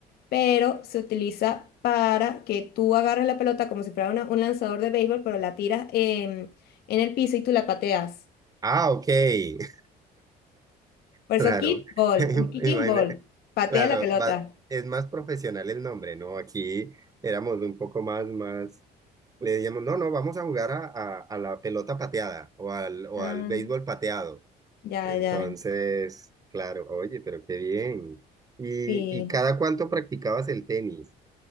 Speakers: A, on the left; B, on the right.
A: pero se utiliza para que tú agarres la pelota como si fuera una- un lanzador de béisbol, pero la tiras en, en el piso y tú la pateas.
B: Ah, ok, <laughs>
A: Por
B: claro.
A: eso kickball,
B: <laughs>
A: kicking
B: Imagina-
A: ball, patea
B: claro,
A: la pelota.
B: va- es más profesional el nombre, ¿no? Aquí éramos un poco más, más. Le decíamos, no, no, vamos a jugar a, a, a la pelota pateada o al, o
A: Ah,
B: al béisbol pateado.
A: ya,
B: Entonces,
A: ya,
B: claro, oye, pero qué bien. ¿Y,
A: sí.
B: y cada cuánto practicabas el tenis?